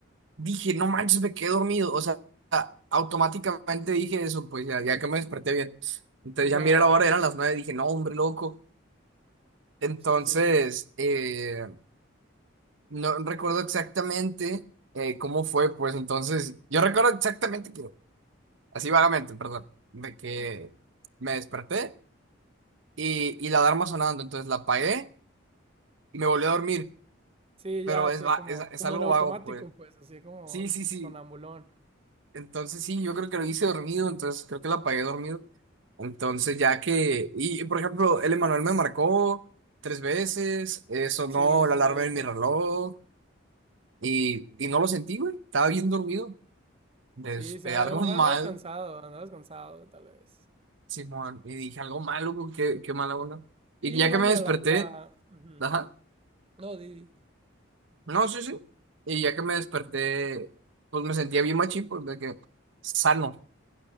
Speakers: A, on the right (about 65°); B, on the right (about 30°).
A: Dije, no manches, me quedé dormido. O sea, automáticamente dije eso, pues ya, ya que me desperté bien. Entonces ya
B: ya.
A: miré la hora, eran las nueve, dije, no, hombre, loco. Entonces,
B: Sí, sí, sí.
A: eh, no recuerdo exactamente eh, cómo fue, pues entonces, yo recuerdo exactamente que, así vagamente, perdón, de que me desperté y, y la alarma sonando, entonces la apagué y me volví a dormir,
B: Sí,
A: pero
B: ya, así
A: es, va-
B: como,
A: es, es
B: como
A: algo
B: en automático,
A: vago, pues.
B: pues, así como
A: Sí, sí, sí.
B: sonambulón.
A: Entonces sí, yo creo que lo hice dormido, entonces creo que la apagué dormido. Entonces ya que, y por ejemplo, el Emanuel me marcó tres veces, eh, sonó
B: Sí, sí
A: la alarma
B: me dijo.
A: de mi reloj y, y no lo sentí, güey, estaba bien dormido. Este,
B: Sí, sí, a
A: algo
B: lo mejor
A: <laughs> mal,
B: andabas cansado, andabas cansado, tal vez.
A: Simón, y dije algo malo, güey, qué, qué mala onda. Y
B: Sí,
A: ya
B: igual,
A: que me
B: mira,
A: desperté,
B: la, la... Ujú.
A: ajá,
B: No, di. di.
A: no, sí, sí, y ya que me desperté, pues me sentía bien machín, pues de que sano,